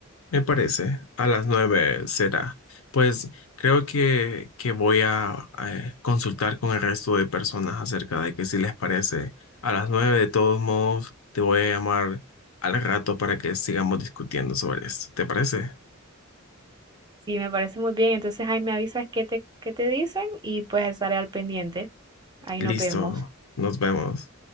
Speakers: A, on the left (about 70°); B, on the right (about 20°).
A: Me parece, a las 9 será. Pues creo que, que voy a eh, consultar con el resto de personas acerca de que si les parece. A las 9 de todos modos te voy a llamar al rato para que sigamos discutiendo sobre esto. ¿Te parece?
B: Sí, me parece muy bien. Entonces ahí me avisas qué te, qué te dicen y pues estaré al pendiente. Ahí
A: Listo,
B: nos vemos.
A: nos vemos.